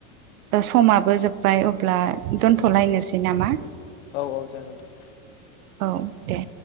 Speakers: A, on the right; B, on the left.
A: समाबो जोब्बाय अब्ला दोनथ'लायनोसै नामा?
B: औ औ जागोन दे।
A: औ दे